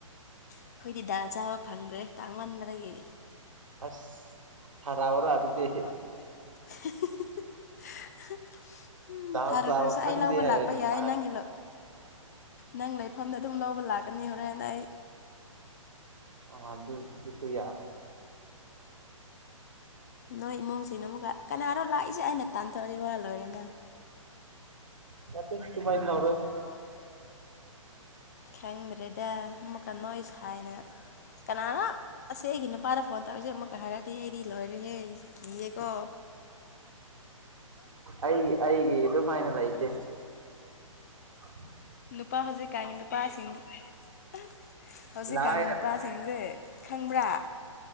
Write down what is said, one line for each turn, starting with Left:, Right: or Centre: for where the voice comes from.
Left: ꯑꯩꯈꯣꯏꯗꯤ ꯗꯥꯜ ꯆꯥꯕ ꯐꯪꯗ꯭ꯔꯦ ꯇꯥꯡꯃꯟꯕꯗꯒꯤ
Right: ꯑꯁ ꯊꯥꯔꯛꯎꯔ
Left: <unintelligible>
Right: ꯑꯗꯨꯗꯤ
Left: ꯎꯝ
Right: ꯗꯥꯜ
Left: ꯊꯥꯔꯛꯇ꯭ꯔꯁꯨ
Right: ꯆꯥꯕ ꯐꯪꯗꯦ
Left: ꯑꯩ ꯂꯧꯕ
Right: ꯍꯥꯏꯔꯗꯤ
Left: ꯂꯥꯛꯄ ꯌꯥ
Right: ꯊꯥꯔꯛꯀꯦ
Left: ꯌꯥꯏ ꯅꯪꯒꯤ ꯅꯪ ꯂꯩꯐꯝꯗ ꯑꯗꯨꯝ ꯂꯧꯕ ꯂꯥꯛꯀꯅꯤ ꯍꯣꯔꯦꯟ ꯑꯩ
Right: ꯑꯣ ꯑꯗꯨ ꯑꯗꯨꯁꯨ ꯌꯥ
Left: ꯅꯣꯏ ꯏꯃꯨꯡꯁꯤꯅ ꯑꯃꯨꯛꯀ ꯀꯅꯥꯔꯣ ꯂꯥꯛꯏꯁꯦ ꯑꯅ ꯇꯥꯟꯊꯣꯛꯑꯗꯤ ꯋꯥ ꯂꯣꯏꯔꯦꯅ
Right: ꯅꯠꯇꯦ <unintelligible>
Left: ꯗꯨꯃꯥꯏꯟ ꯇꯧꯔ‌ꯣꯏ ꯈꯪꯗ꯭ꯔꯦꯗ ꯑꯃꯨꯛ ꯀ ꯅ‌ꯣꯏ ꯁꯥꯏꯅ ꯀꯅꯥꯅꯣ ꯑꯁꯤ ꯑꯩꯒꯤ ꯅꯨꯄꯥꯗ ꯐ ꯐꯣꯟ ꯇꯧꯔꯛꯏꯁꯦ ꯑꯃꯨꯛꯀ ꯍꯥꯏꯔꯛꯑꯗꯤ ꯑꯩꯗꯤ ꯂꯣꯏꯔꯦꯍꯦ ꯀꯤꯌꯦꯀꯣ
Right: ꯑꯩꯒꯤ ꯑꯩꯒꯤ ꯑꯗꯨꯃꯥꯏꯅ ꯂꯩꯇꯦ ꯑ
Left: ꯅꯨꯄꯥ ꯍꯧꯖꯤꯛꯀꯥꯟꯒꯤ ꯅꯨꯄꯥꯁꯤꯡ <unintelligible> ꯍꯧꯖꯤꯛꯀꯥꯟꯒꯤ
Right: ꯂꯥꯏꯔꯕꯅꯤ
Left: ꯅꯨꯞ ꯅꯨꯄꯥꯁꯤꯡꯁꯦ ꯈꯪꯕ꯭ꯔꯥ